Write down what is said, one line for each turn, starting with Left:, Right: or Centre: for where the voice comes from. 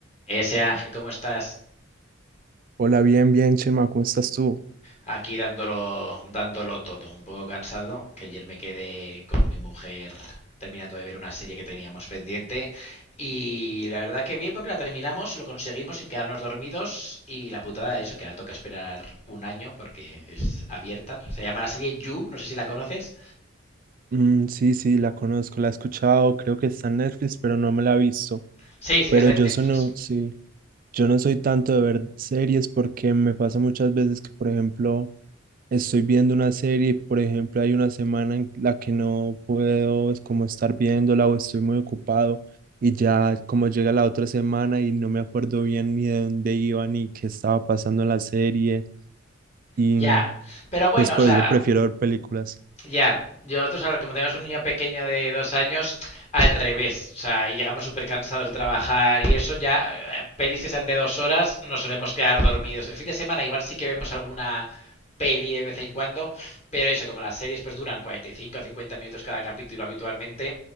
Left: Ese Ángel, ¿cómo estás?
Right: Hola, bien, bien, Chema, ¿cómo estás tú?
Left: Aquí dándolo, dándolo todo. Un poco cansado, que ayer me quedé con mi mujer terminando de ver una serie que teníamos pendiente. Y la verdad que bien, porque la terminamos, lo conseguimos sin quedarnos dormidos. Y la putada de eso, que ahora toca esperar un año porque es abierta. Se llama la serie You, no sé si la conoces.
Right: Mm, sí, sí, la conozco, la he escuchado, creo que está en Netflix, pero no me la he visto.
Left: Sí, sí
Right: Pero
Left: que está
Right: yo
Left: en Netflix.
Right: sono, sí, yo no soy tanto de ver series porque me pasa muchas veces que, por ejemplo, estoy viendo una serie y, por ejemplo, hay una semana en la que no puedo es como estar viéndola o estoy muy ocupado y ya como llega la otra semana y no me acuerdo bien ni de dónde iba ni qué estaba pasando en la serie y
Left: Ya.
Right: mm,
Left: Pero
Right: entonces
Left: bueno,
Right: por
Left: o sea,
Right: eso prefiero ver películas.
Left: Ya, yo nosotros ahora, como tenemos un niño pequeño de dos años, al revés, o sea, y llegamos súper cansados de trabajar y eso, ya eh, pelis que sean de dos horas nos solemos quedar dormidos. El fin de semana igual sí que vemos alguna peli de vez en cuando, pero eso, como las series pues duran 45 o 50 minutos cada capítulo habitualmente,